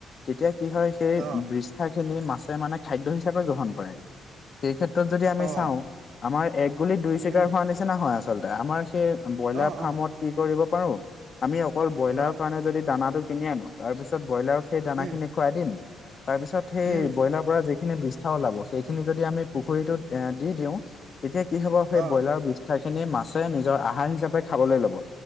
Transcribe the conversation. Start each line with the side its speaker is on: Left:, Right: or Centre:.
Left: তেতিয়া কি হয় সেই
Right: অ',
Left: বৃষ্ঠা বৃষ্ঠাখিনি মাছে মানে খাদ্য হিচাপে গ্ৰহণ কৰে সেই ক্ষেত্ৰত যদি আমি
Right: অ',
Left: চাওঁ আমাৰ এক গুলিত দুই চিকাৰ
Right: উম,
Left: হোৱা নিচিনা হয় আচলতে আমাৰ সেই ব্ৰইলাৰ
Right: অ',
Left: ফাৰ্মত
Right: অ',
Left: কি কৰিব পাৰো আমি অকল ব্ৰইলাৰৰ
Right: হয়,
Left: কাৰণে যদি দানাটো কিনি আনো তাৰ পিছত ব্ৰইলাৰক সেই দানাখিনি
Right: উম,
Left: খোৱাই দিম তাৰপিছত সেই
Right: উম,
Left: ব্ৰইলাৰ পৰা যিখিনি বৃষ্ঠা ওলাব সেইখিনি যদি আমি পুখুৰীটোত এ দি দিওঁ তেতিয়া কি হ'ব সেই
Right: অ',
Left: ব্ৰইলাৰ বিষ্ঠাখিনি মাছে নিজৰ আহাৰ হিচাপে খাবলৈ ল'ব